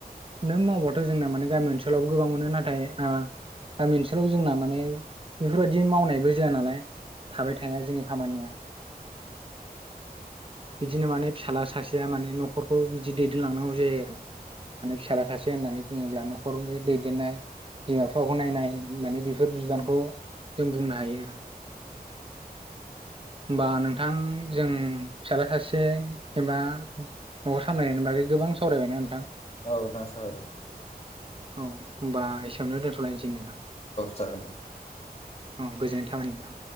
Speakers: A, on the right; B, on the left.
A: नों मावबाथ' जोंना माने गामि ओनसोलावबो गोबां मोनो नाथाय ओ गामि ओनसोलाव जोंना माने बेफोरबायाददि मावनायबो जाया नालाय थाबाय थाया जोंनि खामानिया बिदिनो माने फिसाज्ला सासेया माने न'खरखौ बिदि दैदेनलांनांगौ जायो आरो माने फिसाला सासे होननानै बुङोब्ला न'खरखौ बे दैदेननाय बिमा बिफाखौ नायनाय माने बेफोर बिबानखौ जों बुंनो हायो आरो होनबा नोंथां जों फिसाज्ला सासे एबा न'खर सामलायनायनि बागै गोबां सावरायबायना नोंथां
B: औ दासो
A: औ होमबा एसेयावनो दोनथ'लायनोसै नोंथां
B: जागोन दे
A: औ गोजोननाय थाबाय नोंथां